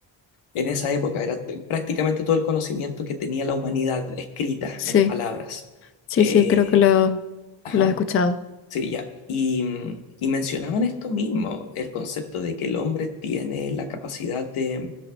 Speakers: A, on the left; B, on the left.
A: En esa época era t- prácticamente todo el conocimiento que tenía la humanidad escrita
B: sí,
A: en palabras.
B: sí,
A: Eh,
B: sí, creo que lo,
A: ajá.
B: lo he escuchado.
A: Sí, ya. Y, mm, y mencionaban esto mismo, el concepto de que el hombre tiene la capacidad de,